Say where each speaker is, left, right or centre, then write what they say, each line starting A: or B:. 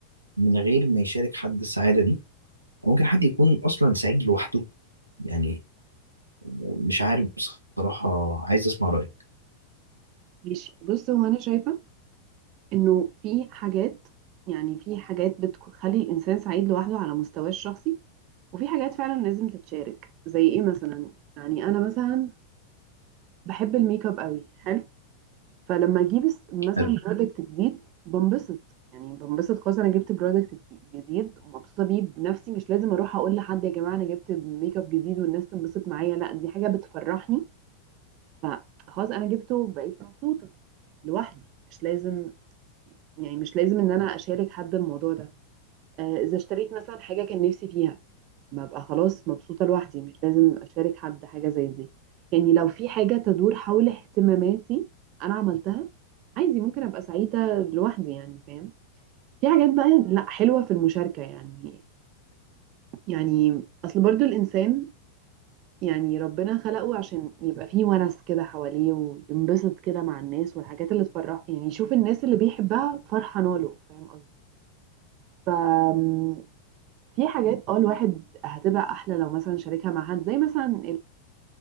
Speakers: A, on the right; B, on the right.
A: من غير ما يشارك حد السعادة دي؟ أو ممكن حد يكون أصلا سعيد لوحده؟ يعني آه، مش عارف بصراحة عايز أسمع رأيك
B: ماشي بص هو انا شايفه انه في حاجات يعني في حاجات بتخلي الانسان سعيد لوحده على مستواه الشخصي وفي حاجات فعلا لازم تتشارك زي ايه مثلا يعني انا مثلا بحب الميك اب قوي حلو فلما اجيب الس- مثلا
A: حلو
B: برودكت جديد بنبسط يعني بنبسط خالص انا جبت برودكت جديد ومبسوطه بيه بنفسي مش لازم اروح اقول لحد يا جماعه انا جبت ميك اب جديد والناس تنبسط معايا لا دي حاجه بتفرحني فخلاص انا جبته وبقيت مبسوطه لوحدي مش لازم يعني مش لازم ان انا اشارك حد الموضوع ده آه، اذا اشتريت مثلا حاجه كان نفسي فيها ببقى خلاص مبسوطه لوحدي مش لازم اشارك حد حاجه زي دي يعني لو في حاجه تدور حول اهتماماتي انا عملتها عادي ممكن ابقى سعيده لوحدي يعني فاهم في حاجات بقى لا حلوه في المشاركه يعني يعني اصل برضو الانسان يعني ربنا خلقه عشان يبقى فيه ونس كده حواليه وينبسط كده مع الناس والحاجات اللي تفرحه يعني يشوف الناس اللي بيحبها فرحانه له فاهم قصدي في حاجات اه الواحد هتبقى احلى لو مثلا شاركها مع حد زي مثلا